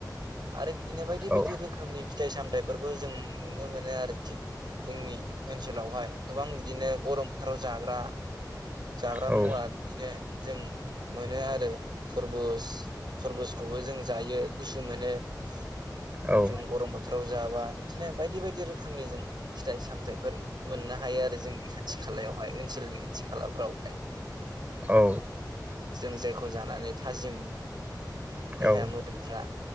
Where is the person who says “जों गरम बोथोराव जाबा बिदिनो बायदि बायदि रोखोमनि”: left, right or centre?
Right